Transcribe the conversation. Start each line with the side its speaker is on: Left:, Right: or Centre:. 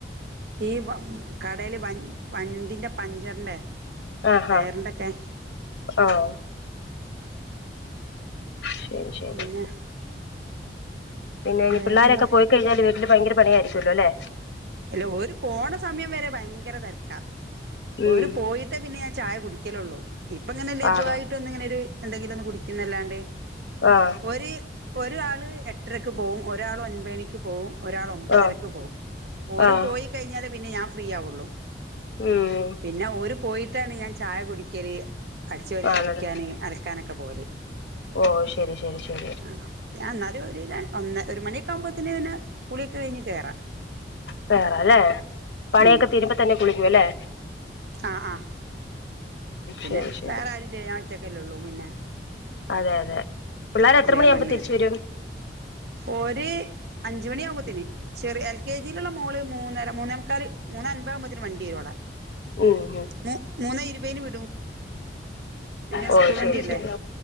Right: ഈ വ കടല് വ വണ്ടിന്റെ പഞ്ചറിന്റെ.
Left: ആഹ്ഹ
Right: ടയറിന്റെക്കെ
Left: ആഹ് ശരി ശരി
Right: പിന്നെ
Left: പിന്നെ
Right: വേറെന്താ
Left: പിള്ളോരൊക്കെ പോയിക്കഴിഞ്ഞാല് വീട്ടില് ഭയങ്കരപണിയയിരിക്കുല്ലോ അല്ലേ?
Right: അല്ല ഒരു പോണ സമയം വരെ ഭയങ്കര തിരക്ക
Left: ഉം
Right: ഒരു പോയി ട്ട് പിന്നെ ഞൻ ചായ കുടിക്കലുള്ളൂ ഇപ്പ ഇങ്ങനെ ലഘുവയിട്ട്
Left: ആണോ
Right: ഒന്ന് ഇങ്ങനെരു എന്തെങ്കിലും ഒന്ന് കുടിക്കുന്നല്ലാണ്ട
Left: ആഹ്
Right: ഒരു ഒരാള് എട്ടരക്ക് പോവും ഒരാൾ ഒൻപണിക്ക് പോവും ഒരാൾ ഒമ്പതരക്ക്
Left: ആഹ്
Right: പോവും. ഒരു
Left: ആഹ്
Right: പോയി കഴിഞ്ഞാലേ പിന്നെ ഞാൻ ഫ്രീ ആവുള്ളു
Left: ഉം
Right: പിന്നെ ഒരു പോയിട്ടാണ് ഞാന് ചായ കുടിക്കല് അടിച്ച് വാരി
Left: ആണല്ലേ
Right: തുടയ്ക്കാന് അലക്കാനൊക്കെ പോവല്.
Left: ഓ ശരി ശരി ശരി
Right: ആ ഞാൻ എന്നാലും ഒരു ഒ ഒരു മണിയൊക്കെ ആകുമ്പോത്തന്നെ ഇന്നെ കുളിയൊക്കെ കഴിഞ്ഞ് കേറാം.
Left: കേറാല്ലേ പണിയൊക്കെ
Right: ഉം
Left: തീരുമ്പ തന്നെ കുളിക്കും അല്ലെ
Right: ആഹ് ആഹ പിന്നെ
Left: ശരി ശരി
Right: വേറെ ആരൂല്ലേ ഞാൻ ഒറ്റക്കല്ലേള്ളൂ പിന്നെ
Left: അതെ അതെ പിള്ളേരെ എത്ര
Right: വേഗം
Left: മണി ആകുമ്പോൾ
Right: പണി കഴിയും
Left: തിരിച്ച് വരും?
Right: ഓര് അഞ്ച് മണിയ ആവുമ്പോത്തന് ചെറിയ എൽ കെ ഇയിലുള്ള മോള് മൂന്നര മൂന്നേമുക്കാല് മൂന്ന അൻപാകുമ്പത്തേന് വണ്ടി വരുടെ
Left: ഉം ഉം
Right: മ മൂന്നേ ഇരുപതിന് വിടൂ പിന്നെ
Left: ഓ
Right: സ്കൂള
Left: ശരി
Right: വണ്ടില്ലേ
Left: ശരി